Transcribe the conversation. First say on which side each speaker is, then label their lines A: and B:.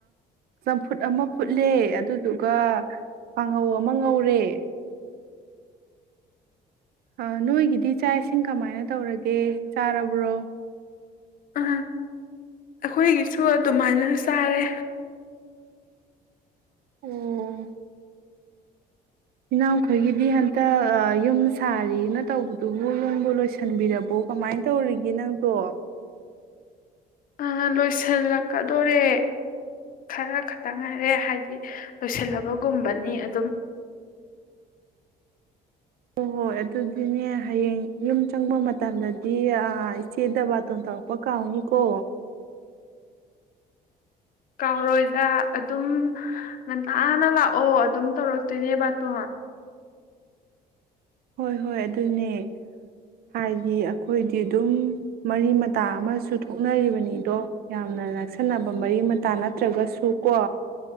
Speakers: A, on the right; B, on the left.
A: ꯆꯝꯐꯨꯠ ꯑꯃ ꯐꯨꯠꯂꯦ ꯑꯗꯨꯗꯨꯒ ꯀꯥꯡꯉꯧ ꯑꯃ ꯉꯧꯔꯦ ꯑ ꯅꯣꯏꯒꯤꯗꯤ ꯆꯥꯛ ꯏꯁꯤꯡ ꯀꯃꯥꯏꯅ ꯇꯧꯔꯒꯦ ꯆꯥꯔꯕ꯭ꯔꯣ
B: ꯑ ꯑꯩꯈꯣꯏꯒꯤꯁꯨ ꯑꯗꯨꯃꯥꯏꯅ ꯆꯥꯔꯦ
A: ꯑꫭ ꯏꯅꯥꯎꯈꯣꯏꯒꯤꯗꯤ ꯍꯟꯇꯛ ꯌꯨꯝ ꯁꯥꯔꯤꯅ ꯇꯧꯕꯗꯨꯕꯨ ꯌꯨꯝꯕꯨ ꯂꯣꯏꯁꯤꯟꯕꯤꯔꯕꯣ ꯀꯃꯥꯏꯅ ꯇꯧꯔꯤꯒꯦ ꯅꯪꯗꯣ
B: ꯑ ꯂꯣꯏꯁꯤꯜꯂꯛꯀꯗꯣꯔꯦ ꯈꯔ ꯈꯛꯇꯪ ꯉꯥꯏꯔꯦ ꯍꯥꯏꯗꯤ ꯂꯣꯏꯁꯤꯜꯂꯕꯒꯨꯝꯕꯅꯤ ꯑꯗꯨꯝ
A: ꯍꯣꯏ ꯍꯣꯏ ꯑꯗꯨꯗꯤꯅꯦ ꯍꯌꯦꯡ ꯌꯨꯝ ꯆꯪꯕ ꯃꯇꯝꯗꯗꯤ ꯏꯆꯦꯗ ꯕꯥꯇꯣꯟ ꯇꯧꯔꯛꯄ ꯀꯥꯎꯅꯤꯀꯣ
B: ꯀꯥꯎꯔꯣꯏꯗ ꯑꯗꯨꯝ ꯉꯟꯇꯅ ꯂꯥꯛꯑꯣ ꯑꯗꯨꯝ ꯇꯧꯔꯛꯇꯣꯏꯅꯦ ꯕꯥꯇꯣ
A: ꯍꯣꯏ ꯍꯣꯏ ꯑꯗꯨꯅꯦ ꯍꯥꯏꯗꯤ ꯑꯩꯈꯣꯏꯗꯤ ꯑꯗꯨꯝ ꯃꯔꯤ ꯃꯇꯥ ꯑꯃꯁꯨ ꯊꯣꯛꯅꯔꯤꯕꯅꯤꯗꯣ ꯌꯥꯝꯅ ꯅꯛꯁꯟꯅꯕ ꯃꯔꯤ ꯃꯇꯥ ꯅꯠꯇ꯭ꯔꯒꯁꯨ ꯀꯣ